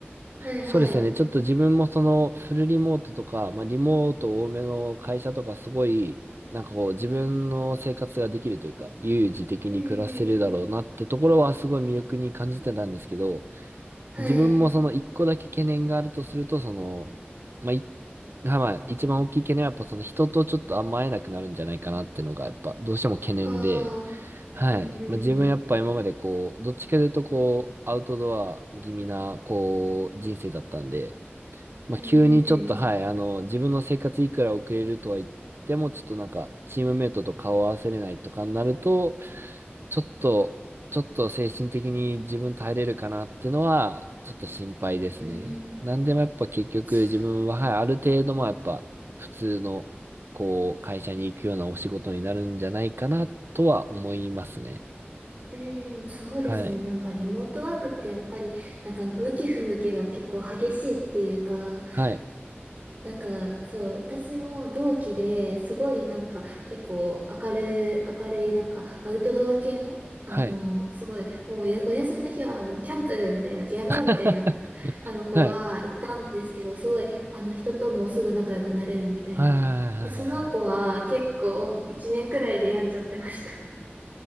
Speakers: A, on the right; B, on the right.
A: はいはい。
B: そうですね、ちょっと自分もその、フルリモートとか、まあ、リモート多めの会社とか、すごい、なんかこう、自分の生活ができるというか、悠々自適に暮らせるだろうなってところは、
A: うんうん。
B: すごい魅力に感じてたんですけど、
A: はい。
B: 自分もその一個だけ懸念があるとすると、その、まあ、い、まあ、一番大きい懸念はやっぱその人とちょっとあんま会えなくなるんじゃないかなっていうのがやっぱどうしても懸念で、
A: ああ。
B: はい。
A: うんうん
B: まあ、自分やっぱ今までこう、どっちかというとこう、アウトドア気味なこう、人生だったんで、まあ、
A: うん。うんうんうん。
B: 急にちょっとはい、あの、自分の生活いくら遅れるとは言っても、ちょっとなんか、チームメイトと顔を合わせれないとかになると、ちょっと、ちょっと精神的に自分耐えれるかなっていうのは、ちょっと心配ですね。
A: うんうん。
B: なんでもやっぱ結局自分は、
A: そう。
B: はい、ある程度もやっぱ普通の、こう、会社に行くようなお仕事になるんじゃないかなとは思いますね。
A: うーん、そうですね。
B: はい。
A: なんかリモートワークってやっぱり、なんか向き不向きが結構激しいっていうか、
B: はい。
A: なんかそう、私も同期ですごいなんか結構明るい、明るいなんかアウトドア系の、あの、
B: はい。
A: すごい、もうやお休みの日はもうキャンプみたいな、山みたいな、
B: <laughs>
A: あの子がいたんですけど、
B: はい。
A: すごい、あの人ともすぐ仲良くなれるみたいな。
B: はいはいはいはいはい。
A: で、その子は結構1年くらいで病んじゃってました。